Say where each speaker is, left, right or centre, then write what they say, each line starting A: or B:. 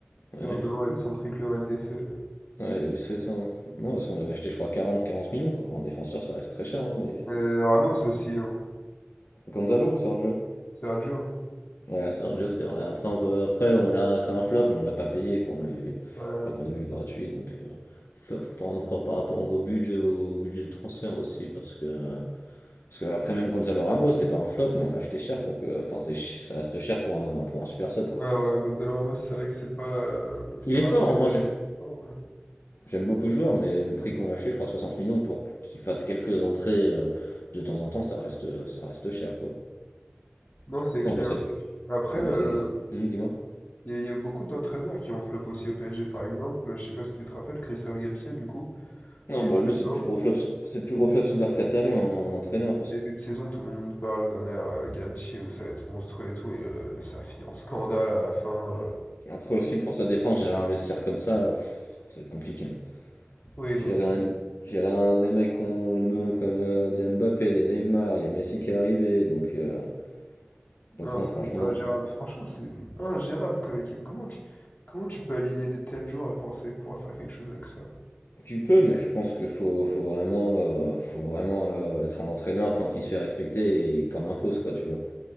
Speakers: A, on the left; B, on the left.
A: Ouais.
B: Qui vont savoir avec son triplé en LDC, là.
A: Ouais, il a juste fait ça. hein. Non, parce qu'on l'avait acheté je crois quarante, quarante millions, quoi. Un défenseur ça reste très cher. hein, et-
B: Euh, Ramos aussi, hein.
A: Gonzalo ou Sergio?
B: Sergio.
A: Ouais, Sergio c'est vrai. Après, on peut- Après on l'a... c'est un flop, mais on l'a pas payé quand on l'a eu.
B: Ouais, ouais,
A: Je crois qu'on
B: c'est
A: l'avait eu gratuit,
B: ça.
A: donc euh, faut faut prendre encore par rapport au budget, au budget de transfert aussi, parce que. Parce que après même Gonzalo Ramos, c'est pas un flop, mais on l'a acheté cher pour que. Enfin, c'est... ch- ça reste cher pour un, pour un super sub, quoi.
B: Ouais, ouais, Gonzalo Ramos, c'est vrai que c'est pas. euh,
A: Il est fort,
B: Après,
A: hein,
B: il
A: moi je,
B: est fort, ouais.
A: J'aime beaucoup le joueur, mais le prix qu'on l'a acheté, je crois 60 millions, pour qu'il fasse quelques entrées euh, de temps en temps, ça reste, ça reste cher, quoi.
B: Non, c'est
A: Après,
B: clair.
A: on peut s'amuser.
B: Après,
A: Après,
B: euh,
A: on peut s'amuser. Hum, dis-moi.
B: il y, a il y a beaucoup d'entraîneurs qui ont flop aussi au PSG, par exemple. Je sais pas si tu te rappelles, Christophe Galtier, du coup,
A: Ah
B: il
A: bah
B: y a deux
A: lui, c'est le
B: ans,
A: plus gros flop, sous- c'est le plus gros flop sous l'ère qatari en, en entraîneur, parce
B: début
A: que...
B: de saison, tout le monde parle d'un air euh, Galtier où ça va être monstrueux et tout, et euh, ça a fini en scandale à la fin.
A: hmm,
B: euh.
A: Après aussi, pour sa défense, gérer un vestiaire comme ça, pff, ça va être compliqué. hein.
B: Oui,
A: Gérer
B: non,
A: un, gérer un- des mecs qui ont le melon comme euh, des Mbappé, des Neymar, il y a Messi qui est arrivé, donc... euh, Donc
B: Non,
A: non,
B: ça
A: franchement...
B: doit être ingérable. Franchement, c'est ingérable comme équipe. Comment tu, comment tu peux aligner des tels joueurs et penser pouvoir faire quelque chose avec ça?
A: Tu peux, mais je pense qu'il faut, faut vraiment, euh, faut vraiment euh, être un entraîneur enfin, qui se fait respecter et qu'on impose, quoi, tu vois.